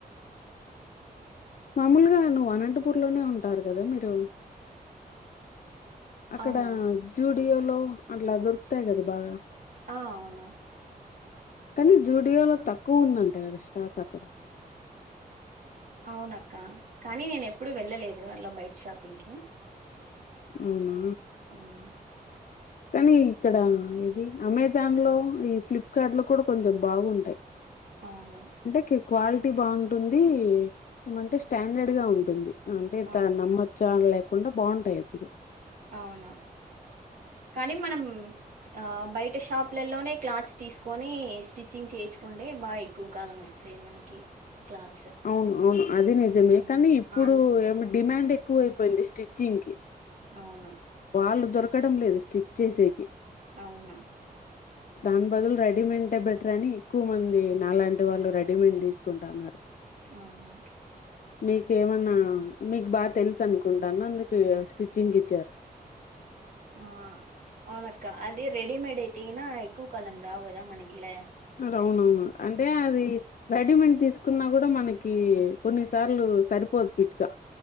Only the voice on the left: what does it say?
మామూలుగా నువ్వు అనంతపూర్ లోనే ఉంటారు కదా మీరు అక్కడ
జూన్ డియో లో అట్లా దొరుకుతాయి కదా బాగా
కానీ జూడియోలో తక్కువ ఉందంట కదా స్టాక్ అక్కడ
అవునా
కానీ ఇక్కడ ఏది అమెజాన్ లో ఈ ఫ్లిప్కర్ట్ లో కూడా కొంచెం బాగుంటాయి
అంటే కి క్వాలిటీ బాగుంటుంది ఏమంటే స్టాండర్డ్ గా ఉంటుంది అంటే
తా నమ్మొచ్చా లే కాకుండా బాగుంటాయి ఎప్పుడు
అవును అవును అది నిజమే
కానీ ఇప్పుడు
ఏమి డిమాండ్ కు <unintelligible> స్టిచింగ్కి
వాళ్ళ దొరక్క ఎక్కడం లేదు స్టిచ్ చేసేకి
దాని బదులు రెడీమెంటే బెటర్ అని ఎక్కువ మంది నాలాంటి వాళ్ళు రెడీమేడ్ తీసుకుంటాన్నారు.
మీకేమన్నా మీకు బా తెలుసనుకుంటాన్న అందుకే స్టిచ్చింగ్ ఇచ్చారు.
అవునవును అంటే అది రెడిమెంట్ తీసుకున్నా కూడా మనకి కొన్ని సార్లు సరిపోదు పిట్ గా